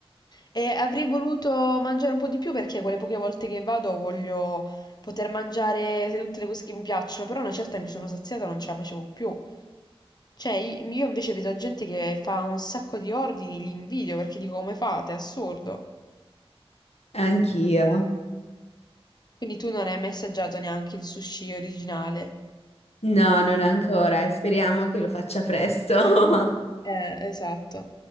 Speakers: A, on the left; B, on the left.
A: e avrei voluto mangiare un po' di più perché quelle poche volte che vado voglio poter mangiare tutte le cose che mi piacciono, però una certa mi sono saziata, non ce la facevo più. Cioè, io invece vedo gente che fa un sacco di ordini, li invidio perché dico come fate, è assurdo.
B: Anch'io.
A: Quindi tu non hai mai assaggiato neanche il sushi originale.
B: No, non ancora e speriamo che lo faccia presto. <laughs>
A: Eh, esatto.